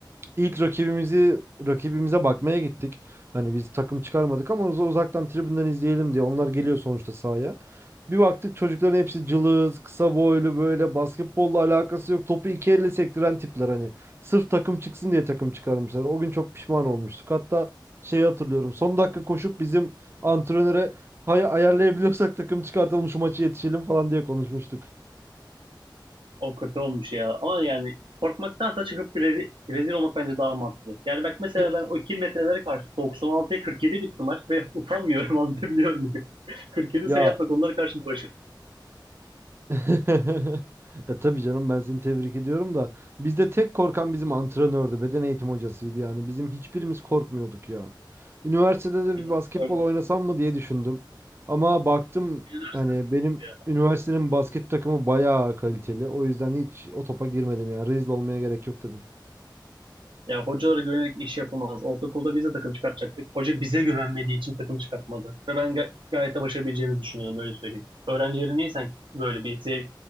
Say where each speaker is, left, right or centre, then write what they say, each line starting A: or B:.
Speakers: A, on the right (about 30°); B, on the right (about 85°).
A: İlk rakibimizi rakibimize bakmaya gittik. Hani biz takım çıkarmadık ama uz- uzaktan tribünden izleyelim diye. Onlar geliyor sonuçta sahaya. Bir baktık çocukların hepsi cılız, kısa boylu böyle basketbolla alakası yok. Topu iki elle sektiren tipler hani. Sırf takım çıksın diye takım çıkarmışlar. O gün çok pişman olmuştuk. Hatta şeyi hatırlıyorum. Son dakika koşup bizim antrenöre "Hay- ayarlayabiliyorsak takım çıkartalım şu maçı yetişelim falan diye konuşmuştuk.
B: O kötü olmuş ya. Ama yani korkmaktansa çıkıp rezil, rezil olmak bence daha mantıklı. Yani bak mesela
A: <laughs>
B: ben o 2 metrelere karşı 96'ya 47 bitti maç ve <laughs> utanmıyorum anlatabiliyor muyum? <laughs> 47
A: Ya
B: sayı atmak onlara karşı bir başarı.
A: <laughs> E tabii canım ben seni tebrik ediyorum da bizde tek korkan bizim antrenördü, beden eğitim hocasıydı yani. Bizim hiçbirimiz korkmuyorduk ya. Üniversitede de bir
B: Yani
A: basketbol
B: siz de öyle
A: oynasam mı diye düşündüm. Ama baktım
B: düşünürsün
A: hani benim
B: ya.
A: üniversitenin basket takımı bayağı kaliteli. O yüzden hiç o topa girmedim yani. Rezil olmaya gerek yok dedim.
B: Ya hocalara güvenerek iş yapılmaz. Ortaokulda biz de takım çıkartacaktık. Hoca bize güvenmediği için takım çıkartmadı. Ve ben ga- gayet de başarabileceğimizi düşünüyorum öyle söyleyeyim. Öğrencileri niye sen böyle bir zevk